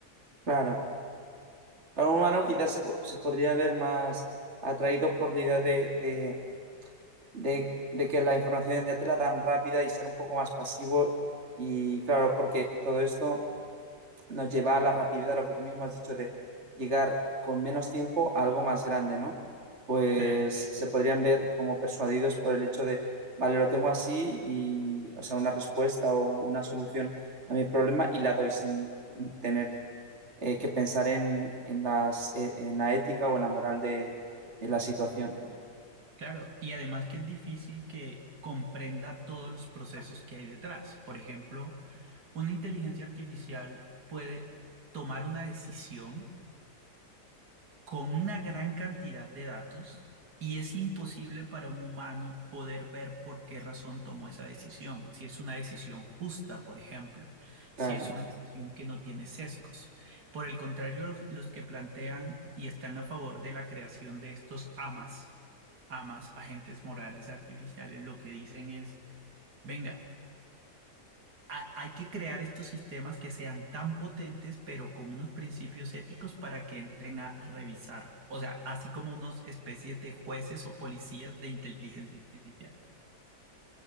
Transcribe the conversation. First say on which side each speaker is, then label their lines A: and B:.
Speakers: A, on the right; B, on the right.
A: Claro. Para un humano quizás se, po- se podría ver más atraído por la idea de, de de, de que la información ya te la dan rápida y ser un poco más pasivo. Y claro, porque todo esto nos lleva a la rapidez, a lo que tú mismo has dicho, de llegar con menos tiempo a algo más grande, ¿no? Pues
B: Eh,
A: se podrían ver como persuadidos por el hecho de, vale, lo tengo así y, o sea, una respuesta o una solución a mi problema y la doy sin tener eh, que pensar en, en las, eh, en la ética o en la moral de, de la situación.
B: claro, y además que es difícil que comprenda todos los procesos que hay detrás. Por ejemplo, Una inteligencia artificial puede tomar una decisión con una gran cantidad de datos y es imposible para un humano poder ver por qué razón tomó esa decisión. Si es una decisión justa, por ejemplo, si
A: Claro.
B: es una decisión que no tiene sesgos. Por el contrario, los, los que plantean y están a favor de la creación de estos AMAs, AMAs, agentes morales artificiales, lo que dicen es, venga, ha- hay que crear estos sistemas que sean tan potentes, pero con unos principios éticos para que entren a revisar. O sea, así como unos especies de jueces o policías de inteligencia artificial.